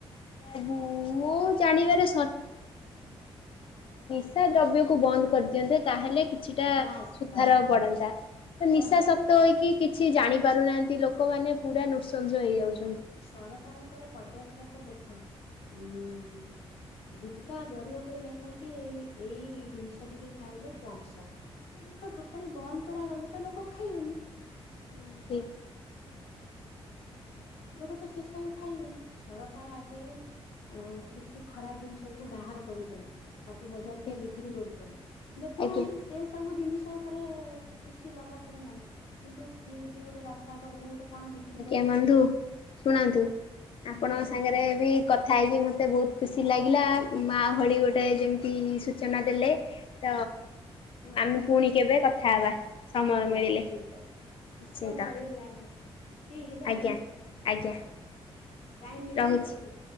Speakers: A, on the left; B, on the left.
A: ଏ ମୁଁ ଦିଅନ୍ତେ ତାହେଲେ କିଛିଟା
B: ବାସ୍
A: ସୁଧାର
B: ବାସ୍
A: ବଢ଼ନ୍ତା ।
B: ସରକାରଙ୍କର
A: ନିଶା ଶକ୍ତ ହେଇକି କିଛି କିଛି ଜାଣି ପାରୁନାହାନ୍ତି ଲୋକମାନେ ପୁରା ନୃସଂସ ହେଇଯାଉଛନ୍ତି ।
B: ସରକାରଙ୍କର ପଦକ୍ଷେପ ଦେଖ ଉଁ ଉଁ ଗୁଟୁକା ଜରି ଉପରେ ଲେଖା ଯାଇଛି ଏଇ ଏଇ ଜିନିଷ ଟିକି ଖା ସେ ଜିନିଷ ଟୋଟାଲି ବନ୍ଦ୍ କରା ହବନି ତମେ କଣ ଖାଇବନି ।
A: ହୁଁ
B: ଲୋକ ତ ସେ ସବୁ ଖାଇବେନି । ସରକାର ଆଗେ ଅ କିଛି ଖରାପ ଜିନିଷ କୁ ବାହାର କରୁଛନ୍ତି । ତାକୁ ବଜାରରେ
A: ଆଜ୍ଞା
B: ବିକ୍ରି କରୁଛନ୍ତି ଦେଖୁନାହାନ୍ତି
A: ଆଜ୍ଞା।
B: ସେ ସବୁ ଜିନିଷ ଉପରେ କିଛି ଲଗାକର ନାହିଁ । କିନ୍ତୁ କିଏ ଯଦି ଗୋଟେ ରାସ୍ତା କଡରେ ଗୋଟେ କଣ ବିକ୍ରି
A: ଆଜ୍ଞା
B: କରୁଛି?
A: ବନ୍ଧୁ ଶୁଣନ୍ତୁ ଆପଣଙ୍କ
B: ଆଚ୍ଛା
A: ସାଙ୍ଗରେ ବି କଥା ହେଇକି ମତେ ବହୁତ ଖୁସି ଲାଗିଲା ମା ଭଳି ଗୋଟେ ଯେମିତି ସୂଚନା ଦେଲେ ତ ଆମେ ପୁଣି କେବେ କଥା ହେବା ସମୟ
B: ହଉ
A: ମିଳିଲେ
B: ଠିକ ଅଛି।
A: ନିଶ୍ଚିନ୍ତ
B: ଫୋନ କରିବେ ଲା ଫ୍ରି ହେଲେ
A: ଆଜ୍ଞା
B: ଆଉ
A: ଆଜ୍ଞା
B: ଟାଇମ ମିଳିଲେ
A: ରହୁଛି
B: ଫୋନ